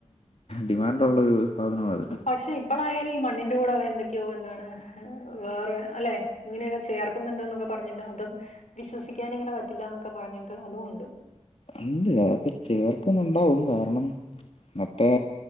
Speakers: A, on the left (about 60°); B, on the left (about 80°).
A: ഡിമാൻഡ്ള്ളരു സാധനമാത്
B: പക്ഷെ ഇപ്പളായാല് ഈ മണ്ണിന്റെ കൂടെ അവര് എന്തൊക്കെയോ എന്താണ് വേറെ അല്ലെ ഇങ്ങനെയൊക്കെ ചേർക്കുന്നുണ്ണ്ട് ന്നൊക്കെ പറഞ്ഞിട്ട് അതും വിശ്വസിക്കാനിങ്ങനെ പറ്റില്ല എന്നൊക്കെ പറഞ്ഞിട്ട് അതും ണ്ട്
A: ഉണ്ട് അതൊക്കെ ചേർക്കുന്നുണ്ടാവും കാരണം ഇന്നത്തെ